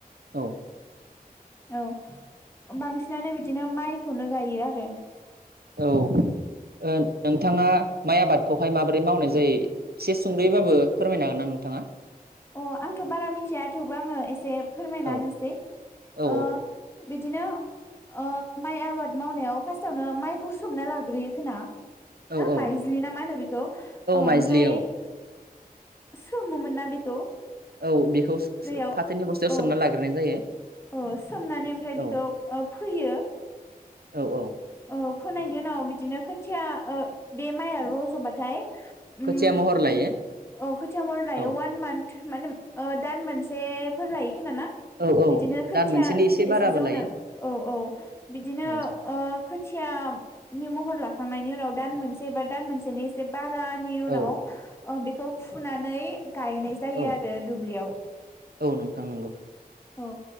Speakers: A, on the right; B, on the left.
A: औ
B: औ बांसिनानो बिदिनो माइखौनो गायो आरो।
A: औ ओ नोंथाङा माइ आबादखौहाय माबोरै मावनाय जायो एसे सुंद'योबाबो फोरमायनो हागोन ना नों थाङा?
B: अ आंथ' बारा मिथिया थेवबो आङो एसे फोरमायना
A: औ
B: होनसै
A: औ
B: ओ बिदिनो ओ माइ आबाद मावनायाव फार्स्टावनो माइखौ सोमना लाग्रोयो खोना।
A: औ
B: ना
A: औ
B: माइज्लि ना मा होनो बेखौ औ
A: माइज्लि
B: ओमफ्राय
A: औ
B: सोमोमोन ना बेखौ?
A: औ बेखौ सोम
B: दैयाव
A: सोम फाथोनि बस्थायाव
B: औ
A: सोमना लाग्रोनाय जायो।
B: औ सोमनानै ओमफ्राय बेखौ
A: औ
B: फोयो
A: औ औ
B: औ फोनायनि उनाव बिदिनो खोथिया बे माइआ रज'बाथाय
A: खोथिया
B: उम
A: महर लायो
B: अ खोथिया महर लायो
A: औ
B: अवान मान्थ माने दान मोनसेफोर लायो खोना ना
A: औ औ
B: बिदिनो खोथिया
A: दान मोनसेनि
B: एसे
A: बाराबो
B: जौनो
A: लायो
B: औ औ बिदिनो
A: औ
B: ओ खोथिया नि महर लाखांनायनि उनाव दान मोनसे एबा दान मोनसेनि एसे बारानि उनाव
A: औ
B: ओ बेखौ फुनानै गायनाय जायो
A: औ
B: आरो दुब्लियाव।
A: औ नोंथां नंगौ
B: औ